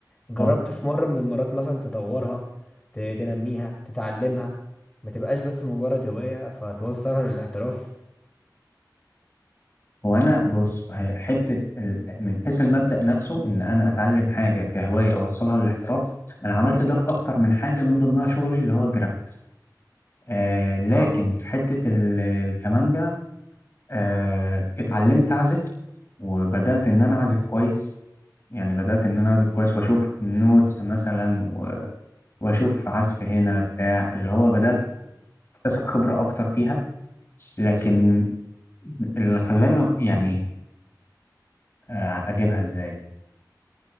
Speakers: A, on the left; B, on the left.
A: جربت
B: اه
A: في مرة من المرات مثلا تطورها ت- تنميها تتعلمها ما تبقاش بس مجرد هواية فتوصلها للاحتراف
B: وأنا بص هي حتة ال- من حيث المبدأ نفسه إن أنا أتعلم حاجة كهواية أوصلها للاحتراف أنا عملت ده في أكتر من حاجة من ضمنها شغلي اللي هو الجرافيكس آه لكن
A: اه
B: في حتة ال- الكمانجا آه اتعلمت أعزف وبدأت إن أنا أعزف كويس يعني بدأت إن أنا أعزف كويس وأشوف النوتس مثلا واشوف عزف هنا بتاع اللي هو بدات اكتسب خبره اكتر فيها لكن اللي خلاني يعني آه، اجيبها ازاي